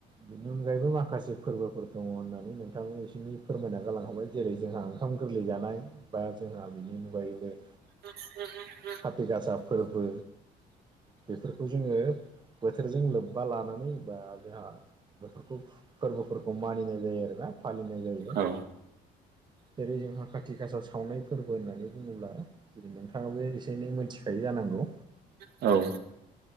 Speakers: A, on the right; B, on the right.
A: बेनि अनगायैबो माखासे फोरबोफोर दङ होननानै नोंथांमोन बिसोरनि फोरमायना गालांखांबाय जेरै जोंहा ओंखाम गोरलै जानाय बा जोंहा बिनि अनगायैबो
B: बस <unintelligible>
A: हााथ गासा फोरबो बेफोरखौ जोङो बोथोरजों लोब्बा लानानै बा जोंहा बेफोरखौ फोरबोफोरखौ मानिनाय जायो आरोना। फालिनाय जायो।
B: औ
A: जेरै जोंहा खाथि गासा सावनाय फोरबो होननानै बुङोब्ला जेरै नोंथाङाबो एसे एनै मोनथिखायो जानांगौ
B: <unintelligible> औ।